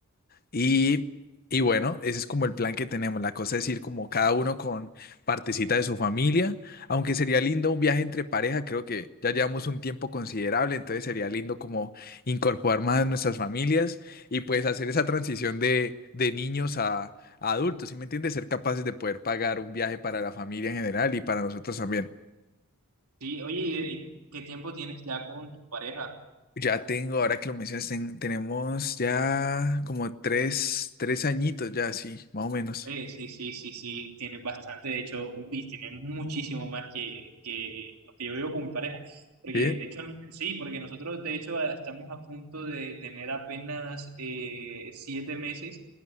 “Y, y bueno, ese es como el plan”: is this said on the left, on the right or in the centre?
Left